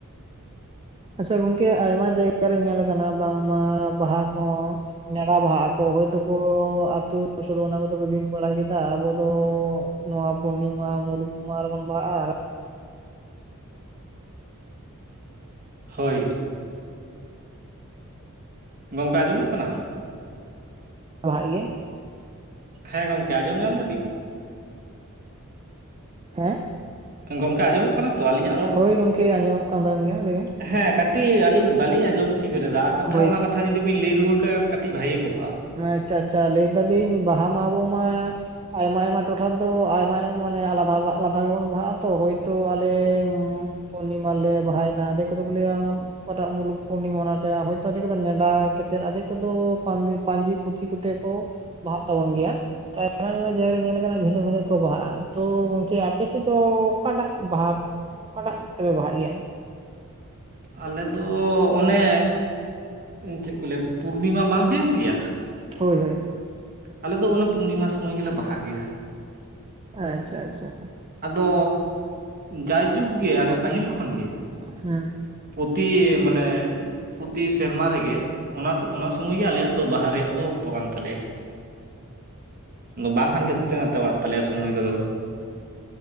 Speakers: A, on the right; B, on the right.
A: ᱟᱪᱪᱷᱟ ᱜᱚᱝᱠᱮ ᱟᱭᱢᱟ ᱡᱟᱭᱜᱟ ᱨᱮ ᱧᱮᱞ ᱟᱠᱟᱱᱟ ᱵᱟᱝᱢᱟ ᱵᱟᱦᱟ ᱠᱚᱦᱚᱸᱼᱼ ᱱᱮᱰᱟ ᱵᱟᱦᱟᱜ ᱟᱠᱚ ᱦᱚᱭᱛᱚᱠᱚ ᱟᱛᱳ ᱥᱳᱞᱚ ᱟᱱᱟ ᱠᱚᱛᱮ ᱠᱚ ᱫᱤᱱ ᱵᱟᱲᱟ ᱠᱮᱫᱟ ᱟᱵᱚ ᱫᱚᱼᱼ ᱱᱚᱣᱟ ᱯᱩᱨᱱᱤᱢᱟ ᱢᱩᱞᱩᱠ ᱢᱟᱦᱟᱸ ᱨᱮᱵᱚᱱ ᱵᱟᱦᱟᱜ-ᱟ, ᱟᱨᱼᱼ
B: ᱦᱳᱭ᱾ ᱜᱚᱝᱠᱮ‌ ᱟᱸᱡᱚᱢᱚᱜ ᱠᱟᱱᱟ?
A: ᱵᱟᱦᱟᱜ ᱜᱮᱭᱟᱼᱼ
B: ᱦᱮᱸ ᱜᱚᱢᱠᱮ ᱟᱸᱡᱚᱢ ᱧᱟᱢ ᱮᱫᱟ ᱵᱤᱱ?
A: <unintelligible> ᱦᱮᱸᱼᱼ
B: ᱜᱚᱝᱠᱮ ᱟᱸᱡᱚᱢᱚᱜ ᱠᱟᱱᱟ ᱛᱚ ᱟᱞᱤᱧᱟᱜ ᱨᱚᱲ
A: ᱦᱳᱭ
B: ᱠᱚ? <unintelligible>
A: ᱜᱚᱝᱠᱮ ᱟᱸᱡᱚᱢᱚᱜ ᱠᱟᱱ ᱛᱟᱵᱮᱱ ᱜᱮᱭᱟ ᱞᱟᱹᱭ ᱵᱮᱱ
B: ᱦᱮᱸᱼᱼ ᱠᱟᱹᱴᱤᱡ ᱟᱹᱞᱤᱧ ᱵᱟᱹᱞᱤᱧ ᱟᱸᱡᱚᱢ ᱴᱷᱤᱠᱟᱹ ᱞᱮᱫᱟ ᱟᱨ ᱢᱤᱫ
A: ᱦᱳᱭ
B: ᱫᱷᱟᱣ ᱚᱱᱟ ᱠᱟᱛᱷᱟ ᱡᱩᱫᱤᱵᱤᱱ ᱞᱟᱹᱭ ᱨᱩᱣᱟᱹᱲ ᱠᱟᱭᱟ ᱠᱟᱹᱴᱤᱡ ᱵᱷᱟᱹᱜᱮ ᱠᱚᱜᱼᱟ᱾
A: ᱟᱪᱪᱷᱟ ᱟᱪᱪᱷᱟ ᱞᱟᱹᱭ ᱮᱫᱟ ᱞᱤᱧ ᱵᱟᱦᱟ ᱢᱟ ᱟᱵᱚ ᱢᱟᱼᱼ ᱟᱭᱢᱟ ᱟᱭᱢᱟ ᱴᱚᱴᱷᱟ ᱫᱚ ᱟᱭᱢᱟ ᱢᱟᱱᱮ ᱟᱞᱟᱫᱟ ᱟᱞᱟᱫᱟ ᱜᱮᱵᱚᱱ ᱵᱟᱦᱟᱜᱼᱟ ᱛᱚ ᱦᱚᱭᱛᱳ ᱟᱞᱮᱼᱼ ᱯᱩᱱᱩᱨᱱᱤᱢᱟ ᱨᱮᱞᱮ ᱵᱟᱦᱟᱭᱱᱟ ᱟᱫᱷᱮᱠ ᱠᱚᱫᱚ ᱠᱚ ᱞᱟᱹᱭᱟ ᱚᱠᱟᱴᱟᱜ ᱢᱩᱞᱩᱠ ᱯᱩᱨᱱᱤᱢᱟ ᱚᱱᱟᱴᱟᱜ ᱦᱚᱭᱛᱚ ᱟᱫᱷᱮᱠ ᱠᱚ ᱫᱚ ᱱᱮᱰᱟ <unintelligible> ᱼᱼ ᱟᱫᱷᱮᱠ ᱠᱚᱫᱚ ᱯᱟᱹᱧᱡᱤ ᱯᱩᱛᱷᱤ ᱠᱚᱛᱮ ᱠᱚ ᱵᱟᱦᱟᱜ ᱛᱟᱵᱚᱱ ᱜᱮᱭᱟ᱾ ᱟᱭᱢᱟ ᱟᱭᱢᱟ ᱡᱟᱭᱜᱟᱨᱮ ᱧᱮᱞ ᱠᱟᱱᱟ ᱵᱷᱤᱱᱟᱹ ᱵᱷᱤᱱᱟᱹ ᱠᱚ ᱵᱟᱦᱟᱜᱼᱟ᱾ ᱛᱚ ᱜᱚᱝᱠᱮ ᱟᱯᱮᱥᱮᱫ ᱫᱚ ᱚᱠᱟᱴᱟᱜ ᱵᱟᱦᱟᱼᱼ ᱚᱠᱟᱴᱟᱜ ᱛᱮᱯᱮ ᱵᱟᱦᱟᱜ ᱜᱮᱭᱟ?
B: ᱟᱞᱮᱫᱚ ᱚᱱᱮ ᱪᱮᱫ ᱠᱚ ᱞᱟᱹᱭᱟ ᱯᱩᱨᱱᱤᱢᱟ ᱵᱟᱝ ᱦᱩᱭᱩᱜ ᱜᱮᱭᱟᱼᱼ
A: ᱦᱳᱭ ᱦᱳᱭ᱾
B: ᱟᱞᱮ ᱫᱚ ᱚᱱᱟ ᱯᱩᱨᱱᱤᱢᱟ ᱥᱚᱢᱚᱭ ᱜᱮᱞᱮ ᱵᱟᱦᱟᱜ ᱜᱮᱭᱟ᱾
A: ᱟᱪᱪᱷᱟ ᱟᱪᱪᱷᱟ᱾
B: ᱟᱫᱚ ᱡᱟᱭᱡᱩᱜᱽ ᱜᱮ ᱚᱱᱮ ᱯᱟᱹᱦᱤᱞ ᱠᱷᱚᱱ ᱜᱮ᱾
A: ᱦᱮᱸ᱾
B: ᱯᱨᱚᱛᱤ ᱢᱟᱱᱮᱼᱼ ᱯᱨᱚᱛᱤ ᱥᱮᱨᱢᱟ ᱨᱮᱜᱮ ᱚᱱᱟ <unintelligible> ᱥᱚᱢᱚᱭ ᱜᱮ ᱟᱞᱮᱭᱟᱜ ᱫᱚ ᱵᱟᱦᱟ ᱨᱮᱭᱟᱜ ᱫᱚ ᱚᱠᱛᱚ ᱠᱟᱱ ᱛᱟᱞᱮᱭᱟ᱾ ᱟᱫᱚ ᱵᱟᱝ ᱦᱟᱱᱛᱮ ᱱᱟᱛᱮ ᱵᱟᱲᱟᱜ ᱛᱟᱞᱮᱭᱟ ᱥᱚᱢᱚᱭ ᱠᱚᱫᱚ᱾